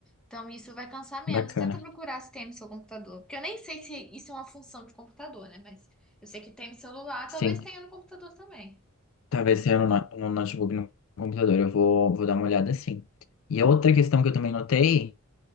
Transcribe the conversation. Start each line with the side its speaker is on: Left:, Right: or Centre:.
Centre: Então isso vai cansar menos.
Left: Bacana.
Centre: Tenta procurar se tem no seu computador. Porque eu nem sei se isso é uma função de computador, né? Mas eu sei que tem no celular,
Left: Sim.
Centre: talvez tenha no computador também.
Left: Talvez seja no, no- no notebook, no computador. Eu vou, vou dar uma olhada assim. E a outra questão que eu também notei